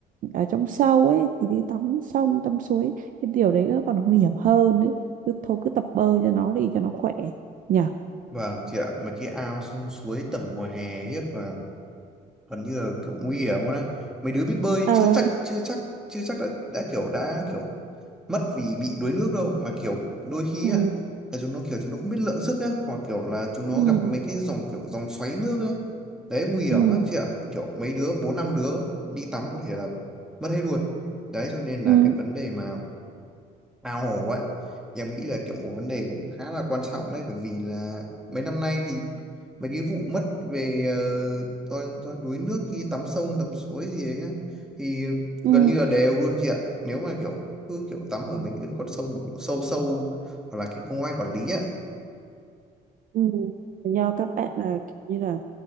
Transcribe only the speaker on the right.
ở trong sâu ấy thì đi tắm sông tắm suối cái điều đấy nó còn nguy hiểm hơn đấy cứ thôi cứ tập bơi cho nó đi cho nó khỏe nhỉ
ờ
ừ
ừ
ừ
ừ
ừ
ừ do các bạn là kiểu như là